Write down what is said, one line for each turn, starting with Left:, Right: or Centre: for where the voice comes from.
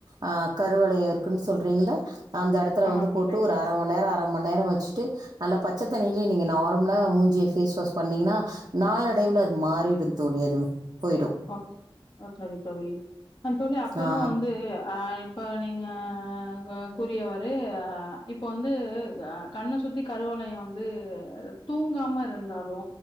Right: ஆ கருவளைய இருக்குன் சொல்றிங்கள அந்த எடத்துல
Left: ஆமா
Right: வந்து
Left: தோழி
Right: போட்டு ஒரு அர மணி நேரோ அர மண் நேரோ வெச்சுட்டு நல்லா பச்சத்தண்ணிலயே நீங்க நார்மலா மூஞ்சிய ஃபேஸ் வாஷ் பண்ணீங்கனா நாலடைவுல அது மாறிடு தோழி அது போயிடு
Left: ஓகே. ஓ சரி தோழி அ தோழி அப்புறோ
Right: ஆ
Left: வந்து அ இப்ப நீங்க கூறியவாரு இப்போ வந்து கண்ண சுத்தி கரு வளையோ வந்து தூங்காம இருந்தாலு